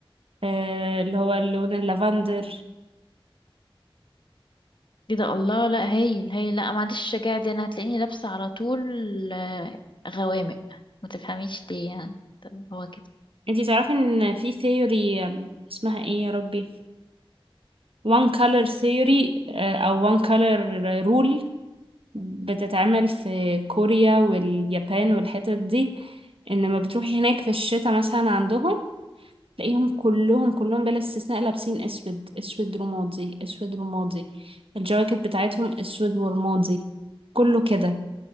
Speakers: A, on the right (about 70°); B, on the left (about 55°).
A: آه، اللي هو اللون اللافندر
B: ايه ده الله لا هايل هايل لا ما عنديش الشجاعة دي انا هتلاقيني لابسة على طول آه، غوامق ما تفهميش ليه يعني طب هو كده
A: انتي تعرفي ان في ثيوري اسمها ايه يا ربي وان color ثيوري او وان color رول بتتعمل في كوريا واليابان والحتت دي ان لما بتروحي هناك في الشتاء مثلا عندهم تلاقيهم كلهم كلهم بلا استثناء لابسين اسود اسود رمادي اسود رمادي الجواكت بتاعتهم اسود ورمادي كله كده